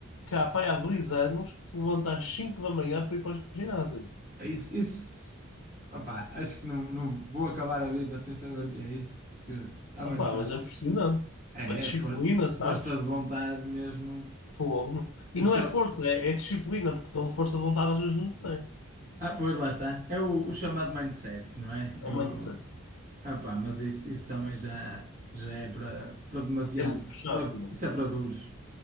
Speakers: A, on the left (about 85°); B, on the right (about 40°).
A: que há, pá, há dois anos que se levanta às 5 da manhã para ir para o ginásio.
B: É Isso, isso... Opá, acho que não, não vou acabar a vida sem saber o que é isso, que a mãe
A: Ah, pá,
B: não faz.
A: mas é impressionante.
B: É,
A: A disciplina,
B: é for-
A: sabes?
B: força de vontade mesmo.
A: Fogo. E
B: O
A: não
B: cha-
A: é força, é, é disciplina, porque toda força de vontade às vezes não tem.
B: Ah, pois lá está. É o, o chamado mindset, não é?
A: É
B: O...
A: muito interessante.
B: Ah, pá mas isso, isso também já, já é para para demasiado.
A: É muito puxado,
B: para-
A: meu.
B: Isso é para duros.